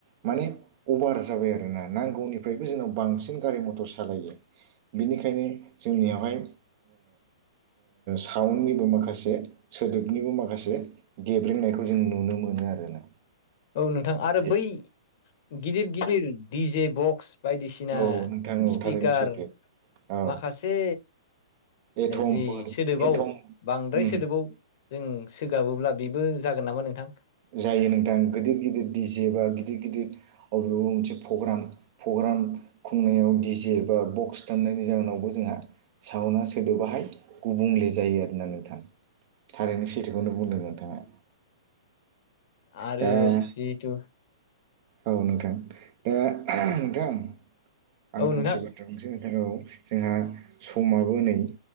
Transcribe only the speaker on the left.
औ नोंथां आरो
बै गिदिर गिदिर दिडिजे बक्स बायदिसिना
स्पिकार
माखासे
जि सोदोबाव
बांद्राय
सोदोबाव जों सोगाबोब्ला बेबो जागोन नामा नोंथां
आरो
जिहेथु
औ
नोंथां